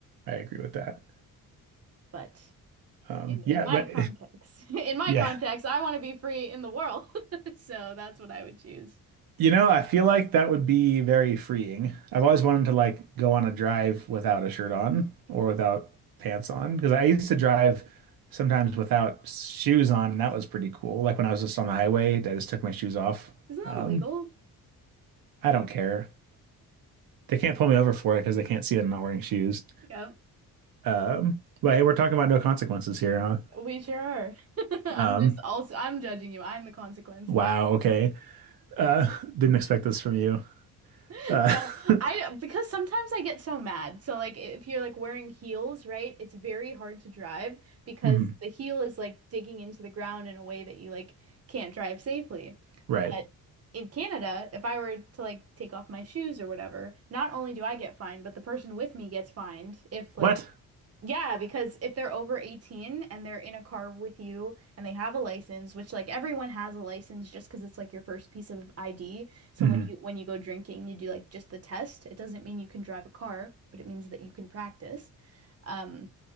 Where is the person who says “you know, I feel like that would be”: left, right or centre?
Right